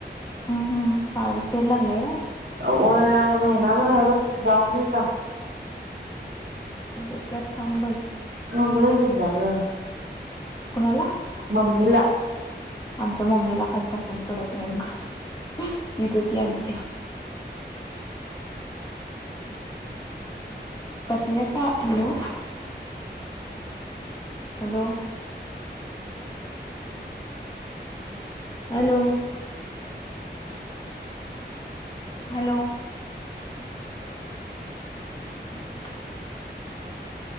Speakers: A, on the left (about 20°); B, on the right (about 80°).
A: हम् हम साडे से लागला व
B: अ... महिनाभर आहे बघ.... जाऊन येजा.
A: बघूया थांब बाई.
B: मम्मी घेऊन जा गं..
A: कोणाला..
B: मम्मी ला.
A: आमच्या मम्मीला काय पसंत पडत नाही गं. तिज ती आणत्या. कसल्या सा. Hello... hello.. hello. Hello. <inaudible>